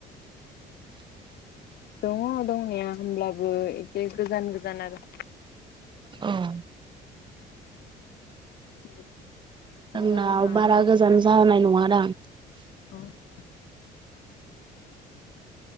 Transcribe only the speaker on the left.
दङ दंनाया होमब्लाबो एसे गोजान गोजान आरो
उम <inaudible>
मोजां मोजाङानो
दं
<unintelligible> अ